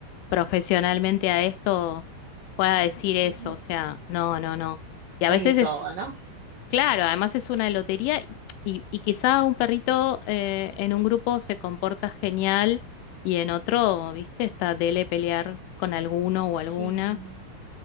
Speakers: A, on the left; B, on the right.
A: profesionalmente a esto pueda decir eso.
B: Ujú.
A: O sea, no, no, no. Y a
B: Hay
A: veces
B: de todo,
A: es,
B: ¿no?
A: claro, además es una lotería y, y- y quizá un perrito eh, en un grupo se comporta genial y en otro, ¿viste? Está dele pelear con alguno o
B: Sí.
A: alguna.